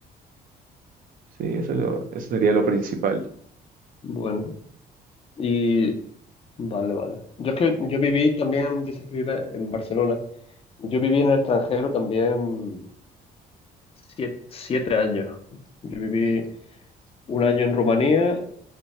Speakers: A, on the right (about 55°); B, on the left (about 35°).
A: Sí, eso, lo- eso sería lo principal.
B: Bueno, y vale, vale. Yo es que yo viví también, dices que vive en Barcelona. Yo viví en el extranjero también siete, siete años. Yo viví un año en Rumanía